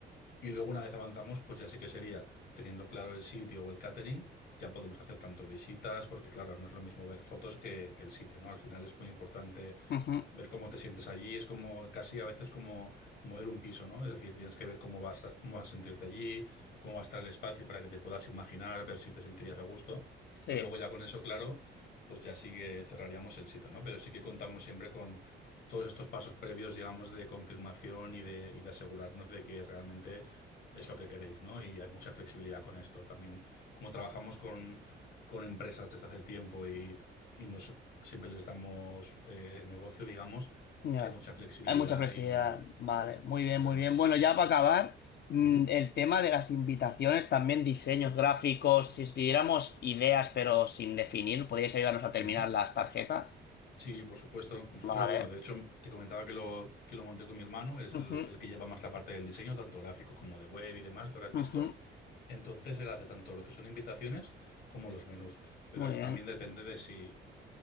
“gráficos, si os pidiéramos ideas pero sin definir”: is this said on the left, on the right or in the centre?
Left